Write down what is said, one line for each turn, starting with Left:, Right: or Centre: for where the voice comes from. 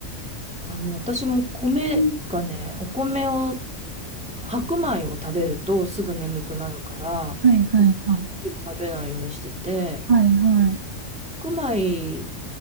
Centre: あの、私も米がね、
Right: うん
Centre: お米を、白米を食べるとすぐ眠くなるから、
Right: はいはいはい。
Centre: 白米食べないようにしてて、
Right: はいはい。
Centre: 白米、